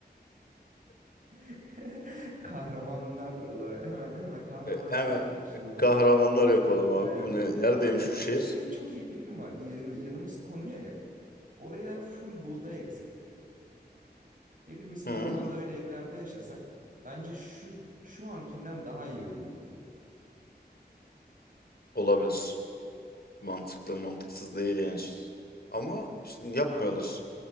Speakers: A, on the right; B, on the left.
A: <laughs> Kahramanlar olarak hemen hemen kahramana
B: E, hemen
A: tı- taşınalım.
B: kahramanlar yapalım abi.
A: Aynen.
B: Bu Ne, neredeymiş
A: Konya
B: şu
A: bak
B: şehir?
A: benim çok iyi fikrim var. Yan- yanımız Konya ya. Oraya full buğday eksek. Hepimiz Karaman'da
B: Hı,
A: öyle evlerde yaşasak bence şu şu ankinden daha iyi olur ülke.
B: olabilir. Mantıklı, mantıksız değil yani. Ama işte yapmıyorlar.